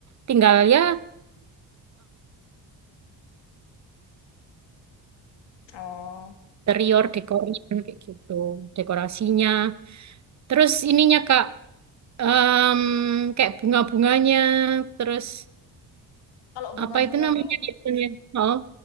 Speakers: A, on the right; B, on the left.
A: tinggal ya
B: Oh,
A: interior dekornya kayak gitu dekorasinya terus ininya Kak em, kayak bunga-bunganya terus
B: Kalau bunga-bunga
A: apa itu namanya
B: tuh
A: biasanya oh